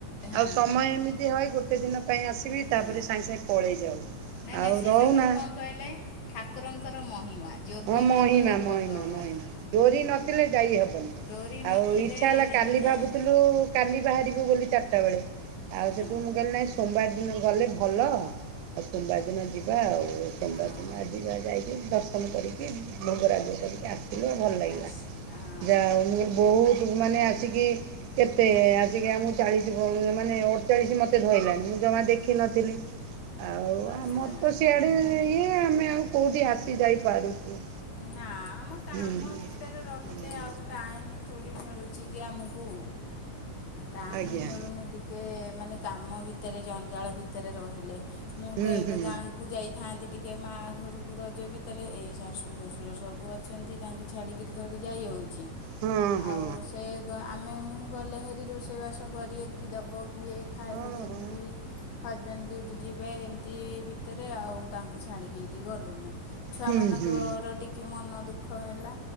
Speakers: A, on the left; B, on the right.
A: ହଁ
B: ଆଉ ସମୟ ଏମିତି ହଏ ଗୋଟେ ଦିନ ପାଇଁ ଆସେ ତିବି ତାପରେ
A: ହଁ।
B: ସାଙ୍ଗେ ସାଙ୍ଗେ ପଳେଇ ଯାଉ।
A: ନାଇଁ
B: ଆଉ
A: ନାଇଁ ସିଏ
B: ରହୁନା
A: ସବୁ କଣ କହିଲେ ଠାକୁରଙ୍କର ମହିମା ଯୋଗ
B: ହଁ ମହିମା
A: ନଥିଲେ
B: ମହିମା
A: ଭୋଗ ହବନି।
B: ମହିମା ଡୋରି ନଥିଲେ ଯାଇ ହବନି
A: ଡୋରି ନଥିଲେ
B: ଆଉ ଇଚ୍ଛା ହେଲା
A: ଯେମିତି
B: କାଲି
A: ଯାଇ
B: ଭାବୁଥିଲୁ କାଲି ବାହାରିବୁ ବୋଲି ଚାରିଟା ବେଳେ ଆଉ
A: ହଁ
B: ସେଠୁ ମୁଁ କହିଲିି ନାଇଁ ସୋମବାର ଦିନ ଗଲେ ଭଲ। ଆଉ ସୋମବାର ଦିନ ଯିବା ଆଉ ସୋମବାର
A: ହଁ
B: ଦିନ ଆଜିି ବା ଯାଇକି ଦର୍ଶନ କରିକି ଭୋଗରାଗ କରିକି କି ଆସିଲୁ ଆଉ ଭଲ ଲାଗିଲା
A: ଆସ୍- ହଁ
B: ଯାହା ହୋଉ ମୁଁ କହିଲି ବହୁତ ମାନେ ଆସିକି କେତେ ଆସିକି ଆମକୁ ଚାଳିଶି ପରେ ମାନେ ଅଡ଼ଚାଳିଶ ମତେ ଧ ଳଇଲାଣି ମୁଁ ଜମା ଦେଖିିନଥିଲି। ଆଉ ଆମର
A: ହଁ।
B: ତ ସିଆଡ଼େ ଇଏ ଆମେ ଆଉ କୋଉଠି ଆସି ଯାଇପାରୁଛୁ।
A: ନା ମ କାମ
B: ହୁଁ
A: ଭିତରେ ରହିଲେ
B: ହଁ
A: ଆଉ ଟାଇମ୍ ଥୋଡ଼ି ମିଳୁଛି କି ଆମକୁ ଆ ଟାଇମ୍
B: ଆଜ୍ଞା
A: ମିଳୁନି ଟି କେ ମାନେ କାମ ଭିତରେ ଜଞ୍ଜାଳ ଭିତରେ ରହିଲେ ମୁଁ
B: ହୁଁ
A: ତ ଏବେ
B: ହୁଁ।
A: ଗାଁ କୁ ଯାଇଥାନ୍ତି ଟିକେ ମାଆ ଘରକୁ ରଜ ଭିତରେ ଏଇ ଶାଶୁ ଶ୍ୱଶୁର ସବୁ ଅ ଛନ୍ତି ତାଙ୍କୁ ଛାଡ଼ିକିରି ଧୌଡ଼ି ଯାଇ ହୋଉଛି
B: ହଁ ହଁ
A: ଆଉ ସେ ଗ ଆମେ ମୁଁ ଗଲେ ହେରି ରୋଷେଇ ବାସ କରି କି ଦବ କିଏ ଖାଇବ
B: ହଁ
A: କେମିତି।
B: ହଁ।
A: ହଜବେଣ୍ଡ ଡିଉଟି ଯିବେ ଏମିତି ଭିତରେ ଆଉ ତାଙ୍କୁ ଛାଡ଼ି କି ଏଠି ଗଲୁନି। ଛୁଆ
B: ହୁଁ
A: ମାନଙ୍କର
B: ହୁଁ
A: ଟିକେ ମନ ଦୁଃଖ ହେଲା।